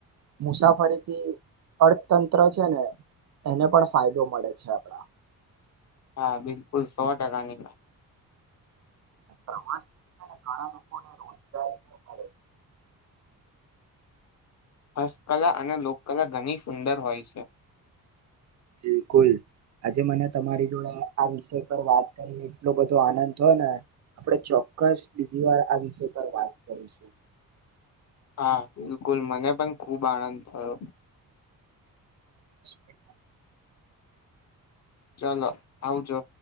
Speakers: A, on the right; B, on the left.
A: મુસાફરીથી અર્થતંત્ર છે ને એને પણ ફાયદો મળે છે આપડા
B: હા બિલકુલ સો ટકાની
A: પ્રવાસ પણ ઘણા લોકોને રોજગારી પણ મળે છે.
B: હસ્તકલા અને લોકકલા ઘણી સુંદર હોય છે.
A: બિલકુલ. આજે મને તમારી જોડે આ વિષય પર વાત કરીને એટલો બધો આનંદ થયો ને આપડે ચોક ચોક્કસ બીજી વાર આ વિષય પર વાત કરીશું.
B: હા બિલકુલ મને પણ ખુબ આનંદ થયો.
A: <inaudible>
B: ચાલો આવજો.